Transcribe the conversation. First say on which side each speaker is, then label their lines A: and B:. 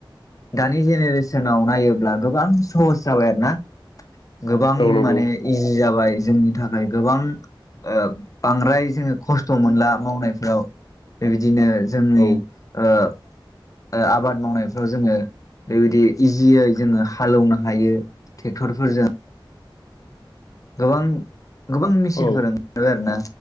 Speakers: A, on the left; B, on the left.
A: दानि जेनेरेसनाव नायोब्ला गोबां सहस जाबाय आरो ना । गोबां
B: औ नंगौ
A: माने इजि जाबाय जोंनि थाखाय गोबां ओ बांद्राय जोङो खस्थ' मोनला मावनायफोराव बेबायदिनो जोंनि
B: औ
A: ओ ओ आबाद मावनायफ्राव जोङो बेबायदि इजियै जोङो हालेवनो हायो ट्रेक्टरफोरजों गोबां गोबां मेचिनफोर
B: औ
A: ओंखारबाय आरोना।